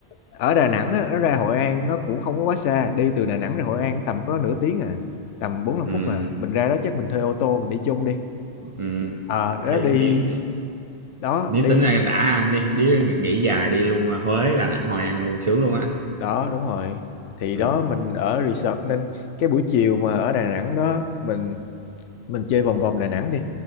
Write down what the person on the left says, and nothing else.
ở Đà Nẵng á, nó ra Hội An nó cũng không có quá xa đi từ Đà Nẵng ra Hội An tầm có nửa tiếng à tầm bốn năm
phút mà mình ra đó chắc mình thuê ô tô mình đi chung đi
ờ đó
đi
đó
đi
đó đúng rồi thì
đó mình ở resort nên cái buổi chiều mà ở Đà Nẵng đó mình mình chơi vòng vòng Đà Nẵng đi